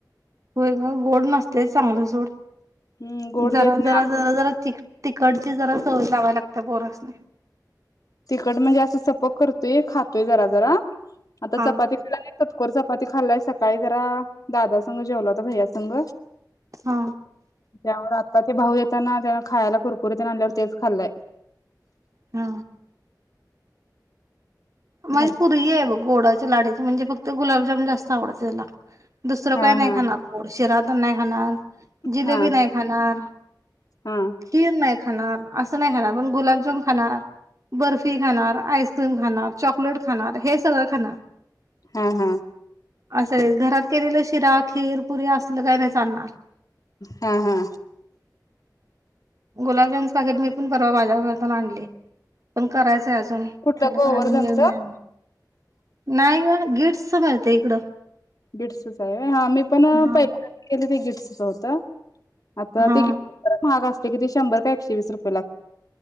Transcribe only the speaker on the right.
होय ग गोड नसते चांगलं सोड.
जरा
जरा
जरा जरा तिखटची जरा सवय लावायलाग पोरासनी.
हा
हा
हा माझी
पोरगी हाय बघं. गोडाच्या लाडचे म्हणजे फक्त गुलाबजान जास्त आवडत. त्याला दुसरं
काही नाही
खाणार गोड शिरा त नाही, खाणार जिलेबी
नाही, खाणार
खीर नाही खाणार. असं नाही खाणार पण गुलाबजाम खाणार बर्फी खाणार आईस्क्रीम खाणार. चॉकलेट खाणार हे सगळं खाणार.
असं घरात केलेलं शिरा खीर पुरी असलं काही नाही चालणार.
गुलाबजामच पाकेट मी पण परवा बाजार करताना, आणलयं. पण करायचं अजून
त्याला
काय अजून वेळ मिळाला नाही. गं गीट्स च मिळतं इकडं.
हा.
हा